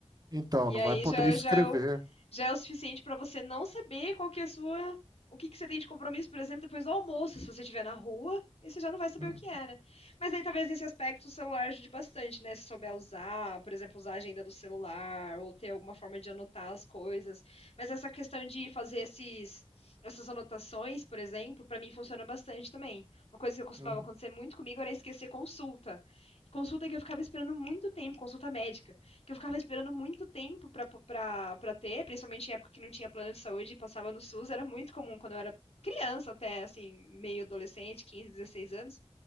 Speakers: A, on the right; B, on the left.
A: Então,
B: E
A: não
B: aí
A: vai poder
B: já, é-
A: escrever.
B: já, é, o, já é o suficiente para você não saber qual que é a sua. O que, que você tem de compromisso, por exemplo, depois do almoço, se você estiver na rua, aí você já não vai saber
A: Hum,
B: o que é, né? Mas aí talvez nesse aspecto o celular ajude bastante, né? Se souber usar, por exemplo, usar a agenda do celular, ou ter alguma forma de anotar as coisas. Mas essa questão de fazer esses, essas anotações, por exemplo, para mim funciona bastante também. Uma coisa que costumava
A: hum,
B: acontecer muito comigo era esquecer consulta. Consulta que eu ficava esperando muito tempo, consulta médica que eu ficava esperando muito tempo pra, pra, pra ter, principalmente em época que não tinha plano de saúde e passava no SUS, era muito comum quando eu era criança até, assim, meio adolescente, 15, 16 anos,